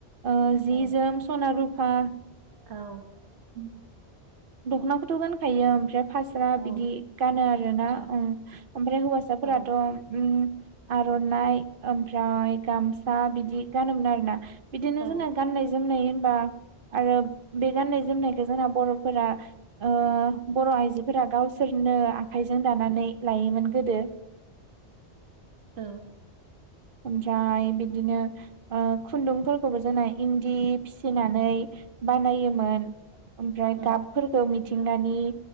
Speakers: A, on the right; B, on the right.
A: ओ जि
B: औ
A: जोम सना रुप फा
B: औ उम।
A: दख'नाखौथ' गानखायो ओमफ्राय फास्रा
B: औ
A: बिदि गानो आरोना
B: आस्रा
A: ओ ओमफ्राय हौवासाफोराथ
B: औ
A: उम आर'नाइ ओमफ्राय गामसा बिदि गानोमोन आरोना। बिदिनो
B: औ
A: जोंना गाननाय जोमनाय बा आरो बे गानायनाय जोमनायखौ जोंना बर'फोरा ओ बर' आइजोफोरा गावसोरनो आखाइजों दानानै लायोमोन गोदो।
B: औ।
A: ओमफ्राय बिदिनो ओ खुन्दुंफोरखौबो जोंना इन्दि फिसिनानै बानायोमोन। ओमफ्राय
B: औ
A: गाबफोरखौ मिथ थिंगानि